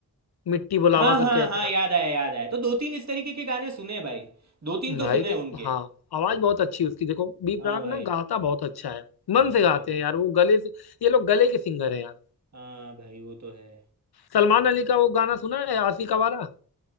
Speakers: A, on the left; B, on the right.
A: मिट्टी बुलावा
B: हाँ हाँ
A: करके ऐसे
B: हाँ याद आया याद आया तो दो तीन इस तरीके के गाने सुने भाई दो तीन
A: गाना
B: तो
A: भाई
B: सुने
A: तो
B: उनके
A: हाँ आवाज बहुत अच्छी है उसकी देखो बी
B: हाँ
A: प्राक
B: भाई
A: ना गाता बहुत अच्छा है मन
B: हाँ
A: से
B: भाई
A: गाते हैं यार वो गले से ये लोग गले के सिंगर हैं यार
B: हाँ भाई वो तो है
A: सलमान अली का वो गाना सुना है आशिक आवारा